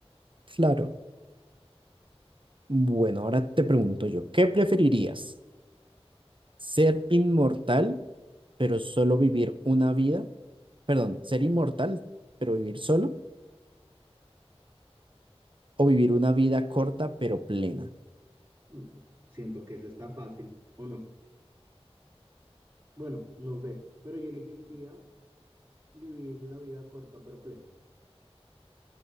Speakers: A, on the right; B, on the right.
A: claro. Bueno, ahora te pregunto yo, ¿qué preferirías? ¿Ser inmortal, pero solo vivir una vida? Perdón, ¿ser inmortal, pero vivir solo? ¿O vivir una vida corta, pero plena?
B: Mm, mm, Siento que se está fácil, ¿o no? Bueno, no sé, pero yo elegiría vivir la vida corta pero plena.